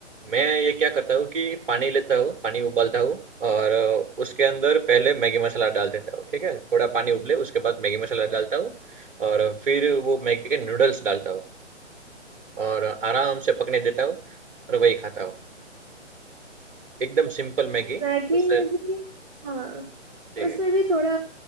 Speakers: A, on the right; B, on the right.
A: मैं ये क्या करता हूँ कि पानी लेता हूँ पानी उबालता हूँ और अ, उसके अंदर पहले मैगी मसाला डाल देता हूँ ठीक है थोड़ा पानी उबले उसके बाद मैगी मसाला डालता हूँ और फिर वो मैगी के नूडल्स डालता हूँ और आराम से पकने देता हूँ और वही खाता हूँ एकदम सिंपल मैगी
B: मैगी
A: उससे
B: में भी हाँ
A: जी
B: उसमें भी थोड़ा